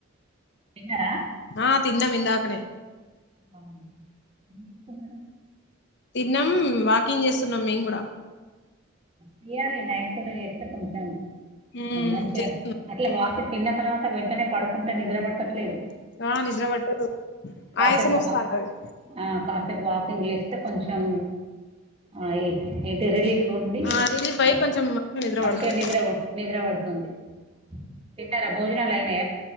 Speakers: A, on the right (about 30°); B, on the left (about 55°).
A: తిన్నారా
B: ఆ తిన్నాం మందాకనేే
A: అవునా మీరు తిన్నారా
B: తిన్నాం వాకింగ్ చేస్తున్నాం మేం కూడా
A: తీయ్యాలి నైట్ పూట చేస్తే కొంచెం
B: ఉమ్
A: మంచిగా
B: చేస్తున్నాం.
A: అట్లా వాకింగ్ తిన్న తర్వాత వెంటనే పడుకుంటే నిద్ర పడట్టట్లేదు
B: ఆ నిద్ర పట్టదు
A: కాసేపు
B: ఆయాసం వస్తా
A: వాక్
B: అంటది
A: ఆ కాసేపు వాకింగ్ చేస్తే కొంచెం ఆ ఏ ఏంటి రిలీఫ్ ఉండి
B: ఆ రిలీఫ్
A: మన్
B: అయి కొంచెం నిద్ర
A: మంచిగా
B: పడుతది
A: నిద్ర నిద్ర పడుతుంది తిన్నార భోజనాాలైనా